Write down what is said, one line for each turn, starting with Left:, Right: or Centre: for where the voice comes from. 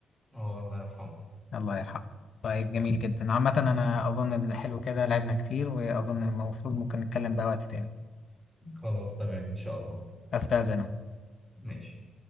Centre: اه الله يرحمه
Left: الله يرحمه طيب جميل جدا عامة انا اظن إن حلو كده لعبنا كتير واظن المفروض ممكن نتكلم بقى وقت تاني
Centre: خلاص تمام إن شاء الله
Left: استاذن أنا.
Centre: ماشي